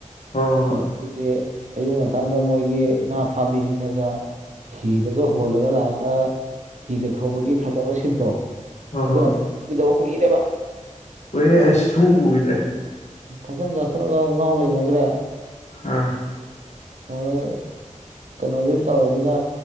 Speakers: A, on the left; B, on the right.
A: ꯍꯣꯏ ꯍꯣꯏ
B: ꯑꯗꯒꯤꯗꯤ ꯑꯌꯨꯛ ꯉꯟꯇꯗ ꯃꯣꯏꯒꯤ ꯉꯥ ꯐꯥꯕꯤꯁꯤꯡꯅꯒ ꯍꯤꯗꯒ ꯍꯣꯜꯒ ꯂꯥꯛ ꯑꯒ ꯍꯤꯒ ꯊꯧꯕꯒꯤ ꯐꯖꯕ ꯁꯤꯟꯇꯣ
A: ꯍꯣꯏ
B: ꯑꯗꯨ
A: ꯍꯣꯏ ꯍꯣꯏ
B: ꯀꯗꯣ ꯎꯒꯤꯗꯕ ꯀꯨꯏꯔꯦꯕ
A: ꯀꯣꯏꯔꯦ
B: ꯀꯥꯏꯗꯒꯤ
A: ꯑꯩꯁ ꯁꯨꯡ ꯎꯕꯨ ꯎꯈꯤꯗ꯭ꯔꯦ
B: ꯊꯛꯆꯟ ꯆꯥꯁꯤꯂꯒ ꯉꯥꯎ ꯂꯩꯅꯒ꯭ꯔꯦ
A: ꯑꯥ
B: ꯍꯣꯏ ꯀꯩꯅꯣꯗꯤ ꯇꯧꯔꯃꯤꯅ